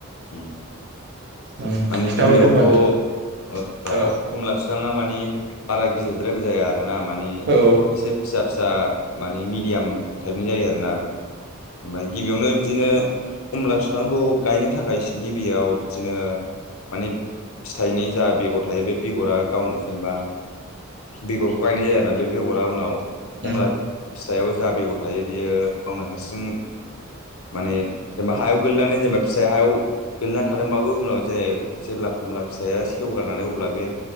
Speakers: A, on the left; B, on the right.
A: ओम
B: उम
A: माने
B: खिथाहरदो
A: गिबियावथ'
B: होमबा नोंथां
A: ओ
B: औ
A: खमला बिफाङा मानि बारा गिदिरद्रायबो जाया आरोना माने
B: औ
A: इसे फिसा फिसा माने मिडियाम टाइपनि जायो आरोना ओमफाय गिबियावनो बिदिनो खमला फिफांखौ गायनो थाखाय गिबियाव बिदिनो माने फिथाइनि जा बेगर थायो बे बेगरा गाव जेनेबा बेगरखौ गायनाय जायो आरोना बे बेगरा उनाव खमला
B: उम
A: फिथाइयाव जा बेगर थायो बियो गावनो हारसिं माने जेनेबा हायाव गोगलैनानै जेनेबा फिसाइ हायाव गोलैना थादोंबाबो उनाव जे जेब्ला खमला फिसाया सेवगारनानै अब्ला बे